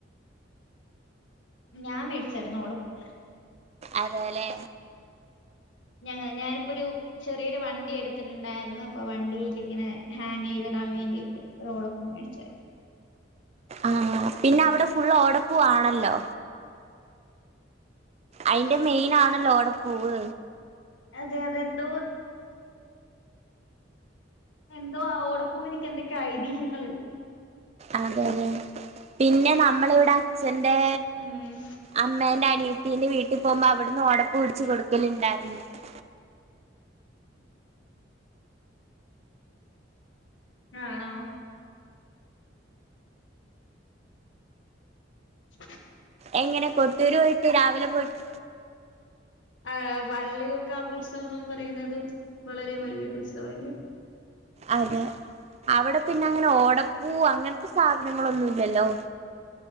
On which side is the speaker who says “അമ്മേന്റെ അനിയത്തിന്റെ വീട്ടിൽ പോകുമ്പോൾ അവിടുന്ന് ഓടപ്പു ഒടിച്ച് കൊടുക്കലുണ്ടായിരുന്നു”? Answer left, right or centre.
Right